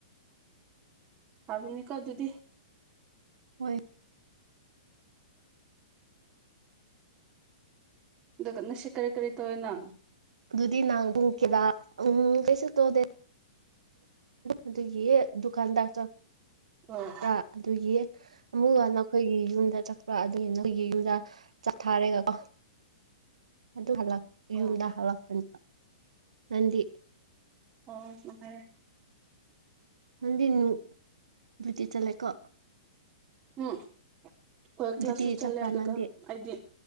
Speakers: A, on the right; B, on the right.
A: ꯍꯥꯏꯕꯅꯤꯀꯣ ꯑꯗꯨꯗꯤ
B: ꯍꯣꯏ
A: ꯑꯗꯨꯒ ꯅꯁꯤ ꯀꯔꯤ ꯀꯔꯤ ꯇꯧꯋꯦꯅ
B: ꯑꯗꯨꯗꯤ ꯅꯍꯥꯟ ꯄꯨꯡ ꯀꯦꯗ ꯎꯝ ꯀꯩꯁꯨꯛꯇꯣꯗꯦ ꯑꯗꯨꯒꯤ ꯗꯨꯀꯥꯟꯗꯥꯛ꯭ꯔꯥ
A: ꯍꯣꯏ
B: ꯑꯗꯨꯒꯤ ꯑꯃꯨꯛꯀ ꯅꯈꯣꯏꯒꯤ ꯌꯨꯝꯗ ꯆꯠꯄ ꯑꯗꯨꯒꯤ ꯅꯈꯣꯏꯒꯤ ꯌꯨꯝꯗ ꯆꯠꯊꯥꯔꯦꯒꯀꯣ ꯑꯗꯨ
A: ꯑꯣ
B: ꯌꯨꯝꯗ ꯍꯜꯂꯛꯄꯅꯦꯕ ꯅꯪꯗꯤ
A: ꯑꯣ ꯁꯔꯦ
B: ꯅꯗꯤꯅꯨ ꯨꯇꯤ ꯆꯂꯀꯣ
A: ꯎꯝ ꯍꯣꯏ ꯀ꯭ꯂꯥꯁꯁꯨ
B: ꯗ꯭ꯌꯨꯇꯤ
A: ꯆꯠꯂꯦ
B: ꯆꯠꯄ꯭ꯔꯥ
A: ꯑꯗꯨꯒ
B: ꯅꯪꯗꯤ
A: ꯍꯥꯏꯗꯤ